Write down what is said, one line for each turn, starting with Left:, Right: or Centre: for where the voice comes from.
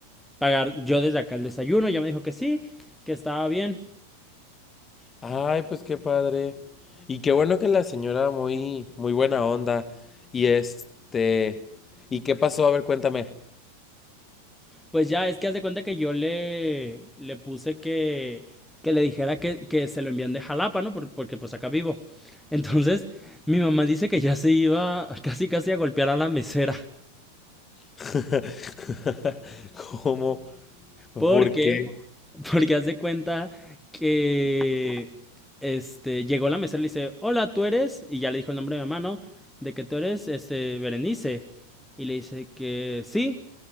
Centre: pagar yo desde acá el desayuno. Ya me dijo que sí, que estaba bien.
Left: Ay, pues qué padre. Y qué bueno que la señora muy, muy buena onda. Y este, ¿y qué pasó? A ver, cuéntame.
Centre: Pues ya, es que haz de cuenta que yo le, le puse que, que le dijera que, que se lo envían de Jalapa, ¿no? Por- porque pues acá vivo. Entonces, mi mamá dice que ya se iba casi casi a golpear a la mesera.
Left: <laughs> ¿Cómo?
Centre: Porque,
Left: ¿Por qué?
Centre: <laughs> Porque haz de cuenta que este, llegó la mesera y le dice, hola, ¿tú eres? Y ya le dijo el nombre de mi mamá, ¿no? De que tú eres, este, Berenice. Y le dice que sí.